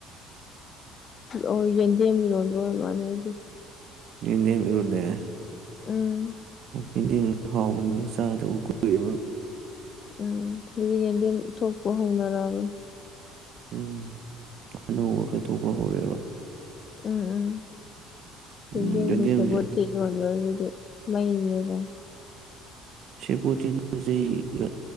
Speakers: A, on the left; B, on the right.
A: ꯑꯣ ꯌꯦꯗꯦꯝ ꯏꯔꯣꯟꯕ ꯑꯣꯏꯔꯃꯥꯜꯂꯦ ꯉꯁꯤ꯫
B: ꯌꯦꯟꯗꯦꯝ ꯏꯔꯣꯜꯂꯦ꯫
A: ꯎꯝ
B: ꯌꯦꯟꯗꯤ ꯍꯥꯎꯕꯅꯤꯍꯦ ꯆꯥꯗꯕ ꯀꯨꯏꯔꯦꯕꯨꯟ
A: ꯎꯝ <unintelligible> ꯌꯦꯟꯗꯦꯝ ꯊꯣꯛꯄ ꯍꯧꯅꯔꯛꯑꯕꯅꯤ꯫
B: ꯎꯝ ꯑꯅꯧꯕ ꯈꯔ ꯊꯣꯛꯄ ꯍꯧꯔꯛꯑꯦꯕ
A: ꯎꯝ ꯎꯝ꯫ ꯌꯦꯟꯗꯦꯝꯒ
B: ꯎꯝ ꯌꯦꯟꯗꯦꯝꯁꯦ
A: ꯁꯦꯕꯣꯠꯀ ꯏꯔꯣꯝꯕꯅꯤ <unintelligible> ꯃꯩꯅꯦꯕ
B: ꯁꯦꯕꯣꯠꯇꯤ <unintelligible> ꯆꯍꯤꯒ